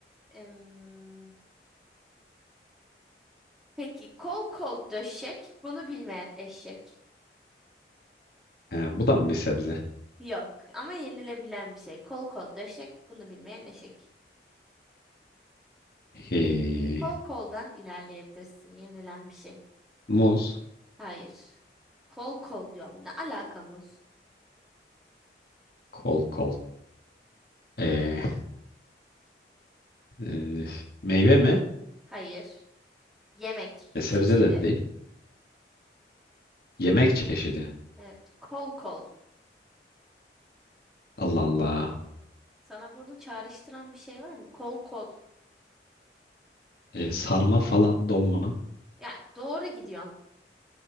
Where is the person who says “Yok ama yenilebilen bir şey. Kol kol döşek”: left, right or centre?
Centre